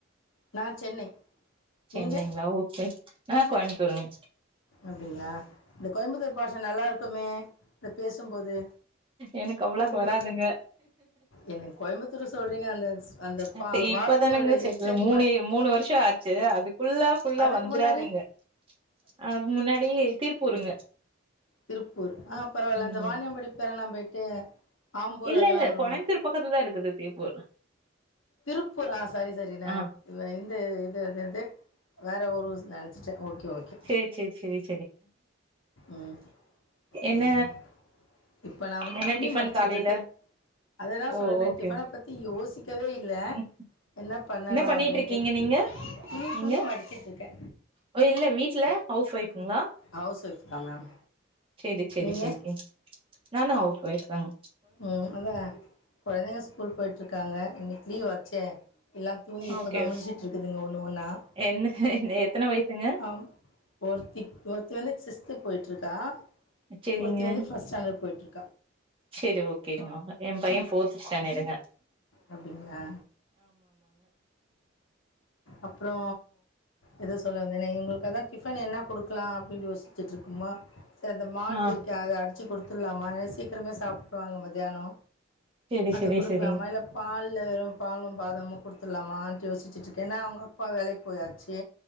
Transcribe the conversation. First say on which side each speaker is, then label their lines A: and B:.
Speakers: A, on the left (about 90°); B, on the right (about 25°).
A: நா சென்னை
B: சென்னைங்களா
A: நீங்கள்
B: ஓகே நா கோயம்புத்தூருங்
A: அப்டிங்களா இந்த கோயம்புத்தூர் பாஷ நல்லா இருக்குமே இத பேசும்போது
B: எனக்கு அவ்வளாக்கு
A: அந்த
B: வராதுங்க
A: என்ன கோயம்புத்தூர் சொல்கிறீங்க அந்த அந்த
B: அ
A: பா
B: இப்பதானுங்க
A: வார்த்தைங்களோட
B: செட்ல
A: எச்சரிப்பை
B: மூணு மூணு வருஷோ ஆச்சு அதுக் ஃபுல்லா ஃபுல்லா
A: அதுக்கு
B: வந்துராதுங்க
A: முன்னாடி
B: அதுக்கு முன்னாடி திருப்பூருங்க
A: திருப்பூர் ஆ பரவால்ல
B: ம்
A: அந்த வாானியம்படி பேர நா போயிட்டு ஆம்பூர்
B: இல்ல
A: அதெல்லாம்
B: இல்ல
A: வருமே
B: கோயமுத்தூர் பக்கத்துதா இருக்குது திருப்பூர்
A: திருப்பூர் ஆ சாரி சாரி நா
B: ஆ
A: வ இந்து அது அது அது வேற ஒரு நெனைச்சுட்டே ஓகே ஓகே
B: சேரி சேரி செரி
A: ம் இதுலயு
B: என்ன
A: இப்ப நா வந்து
B: என்ன
A: துணி
B: டிஃபன்
A: மடிச்சுட்ருக்கே
B: காலையில
A: அததா
B: ஓ
A: சொல்றேனே
B: ஓகே
A: டிஃபன பத்தி யோசிக் க்கவே இல்ல
B: ம்
A: என்ன பண்ணலா
B: பண்ணிட்டு
A: அப்டின்ட்டு
B: இருக்கீங்க நீங்க
A: துணி
B: நீங்க
A: துணி மடிச்சுட்டு இருக்கே
B: ஓ இல்ல வீட்ல ஹவுஸ் ஒய்ஃபுங்களா
A: ஹவுஸ் ஒய்ஃப் தான் மேம்
B: செரி செரி
A: நீங்கள்
B: செரி கு நானு ஹவுஸ் ஒயிஃப்தாங்க
A: ம் அதா கொழந்தைங்க ஸ்கூல் போயிட்ருக்காங்க இன்னிக்கு லீவ் ஆச்சே எல்லா தூங்கி இப்போ
B: ஓகே
A: தா முழச்சுட்டு இருக்குதுங்க ஒன்னு ஒன்னா
B: என்ன
A: இ
B: எத்தன வயசுங்க
A: ஆ ஒருத்தி ஒருத்தி வந்து சிக்ஸ்த்து போயிட்ருக்கா
B: சேரிங்க
A: ஒருத்தி வந்து ஃபஸ்ட் ஸ்டாண்டட் போயிட்ருக்
B: செரி ஓகேங்க எ பைய ஃபோர்த்து ஸ்டாண்டடுங்க
A: அப்டிங்ளா
B: <inaudible>
A: அப்றோ எதுவு சொல்ல வந்தேன இங்களுக்கு அதா டிஃபன் என்ன குடுக்கலா அப்டின் யோசிச்சுட்ருக்குமா சர் இந்த மால்ட்
B: ஆ
A: இருக்கே அத அடிச்சி குடுத்துடலாமான சீக்கிரமா சாப் வாங்க மதியானோ
B: செரி
A: அத
B: செரி
A: குடுக்கலாமா
B: செரிங்
A: இல்ல பால்ல வெறு பாலு பாதமு குடுத்துலாமான்டு யோசிச்சிட்டுருக்கே ஏனா அவங்க அப்பா வேலைக்கு போயாச்சி